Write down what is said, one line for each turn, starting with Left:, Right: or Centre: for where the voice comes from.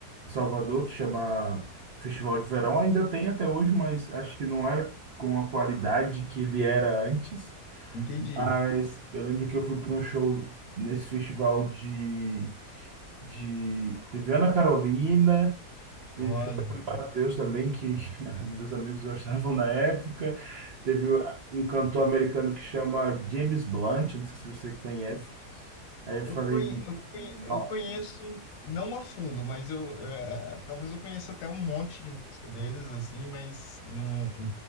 Right: em Salvador, que chama Festival de Verão, ainda tem até hoje, mas acho que não é com a qualidade que ele era antes.
Left: Entendi.
Right: Mas eu lembro que eu fui para um show nesse festival de, de... Teve Ana Carolina, teve
Left: Olha,
Right: Jorge Mateus também, que <laughs> meus amigos gostavam na época. Teve um cantor americano que chama James Blunt, não sei se você conhece. Aí eu
Left: eu,
Right: falei,
Left: conhe, eu, conhe,
Right: não,
Left: eu conheço, não a fundo, mas eu, eh, talvez eu conheça até um monte de música deles, assim, mas não,